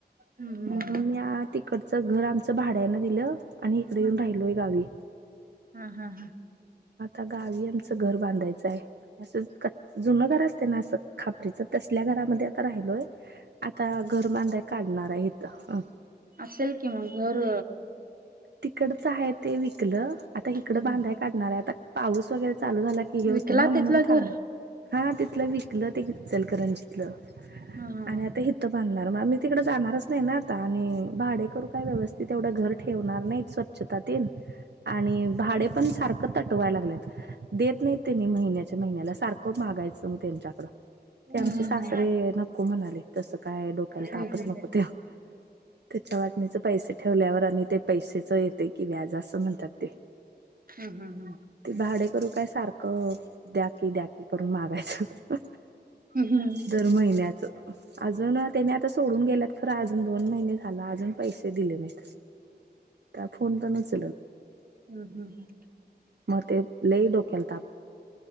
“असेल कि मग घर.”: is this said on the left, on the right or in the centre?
Right